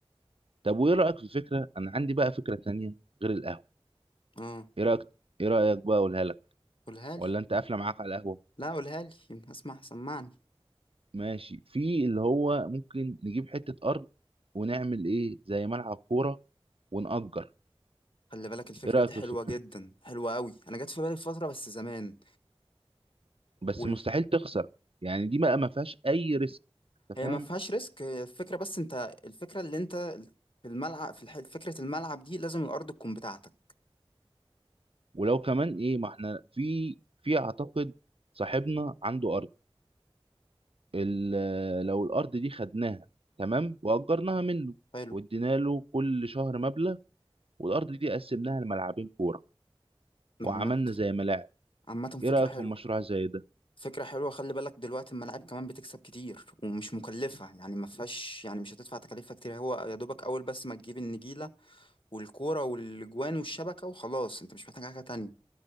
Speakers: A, on the right; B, on the left.
A: طب وايه رايك في فكره انا عندي بقى فكره تانية غير القهوه
B: اه
A: ايه رايك ايه رايك بقى اقولها لك
B: قولها
A: ولا
B: لي
A: انت قافله معاك على القهوه
B: لا قولها لي يمكن اسمع سمعني
A: ماشي في اللي هو ممكن نجيب حته ارض ونعمل ايه زي ملعب كوره ونأجر
B: خلي بالك الفكرة
A: ايه رايك
B: دي حلوة
A: في الفكره
B: جدا
A: دي؟
B: حلوة قوي أنا جت في بالي فترة بس زمان
A: بس
B: وال...
A: مستحيل تخسر يعني دي بقى ما فيهاش اي ريسك انت
B: هي
A: فاهم
B: ما فيهاش ريسك هي الفكرة بس أنت الفكرة اللي أنت في الملعب في الح... فكرة الملعب دي لازم الأرض تكون بتاعتك
A: ولو كمان ايه ما احنا في في اعتقد صاحبنا عنده ارض ال- لو الارض دي خدناها تمام واجرناها منه
B: حلو
A: وادينا له كل شهر مبلغ والارض دي قسمناها لملعبين كوره
B: عامة
A: وعملنا زي ملاعب
B: عامة
A: ايه
B: فكرة
A: رايك
B: حلوة
A: في مشروع زي ده
B: فكرة حلوة خلي بالك دلوقتي الملاعب كمان بتكسب كتير ومش مكلفة يعني ما فيهاش يعني مش هتدفع تكاليفها كتير هو يا دوبك أول بس ما تجيب النجيلة والكورة والجوان والشبكة وخلاص أنت مش محتاج حاجة تانية